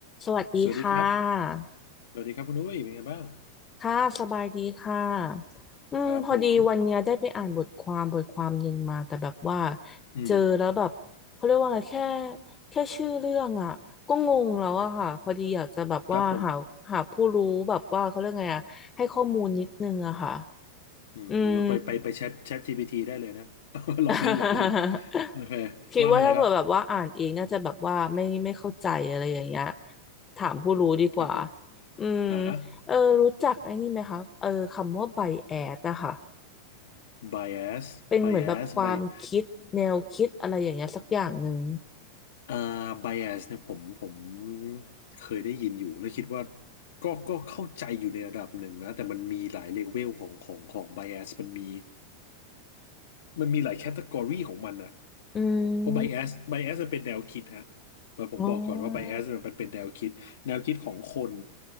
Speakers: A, on the left; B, on the left.
A: สวัสดีค่ะ
B: สวัสดีครับ สวัสดีครับคุณอุ้ยเป็นไงบ้าง
A: ค่ะสบายดีค่ะอืมพอดีวันเนี้ยได้ไปอ่านบทความบทความหนึ่งมาแต่แบบว่า
B: ครับผม อืม
A: เจอแล้วแบบเขาเรียกว่าอะไรแค่แค่ชื่อเรื่องอ่ะก็งงแล้วอะค่ะพอดีอยากจะแบบว่าหาหาผู้รู้แบบว่าเขาเรียกไงอะให้ข้อมูลนิดนึงอะค่ะ
B: ครับผมอืมไปไปไปแชทแชทจีพีทีได้เลยนะ
A: อืม
B: <laughs> หลอกเล่นหลอกเล่น
A: <laughs>
B: โอเค
A: คิดว่าถ้าเผื่อแบบว่าอ่านเองน่าจะแบบว่าไม่ไม่เข้าใจอะไรอย่างเงี้ย
B: ว่ามาเลยครับ
A: ถามผู้รู้ดีกว่า
B: ครับผม
A: อืม
B: อ่าฮะ
A: เออรู้จักไอ้นี่ไหมคะเออคำว่าไบแอสอะค่ะ
B: bias
A: เป็นเหมือนแบบความคิดแนวคิดอะไรอย่างเงี้ยสักอย่างหนึ่ง
B: bias by อ่า bias เนี่ยผมผมเคยได้ยินอยู่แล้วคิดว่าก็ก็เข้าใจอยู่ในระดับหนึ่งนะแต่มันมีหลายเลเวลของของของ bias มันมี มันมีหลายแคตตากรีของมันอ่ะ
A: อื
B: เพราะไบแอสไบแอสมันเป็นแนวคิดฮะ
A: ม
B: แต่ผมบอกก่อนว่าไบแอสมันเป็นแนวคิดแนวคิดของคน
A: อ๋อ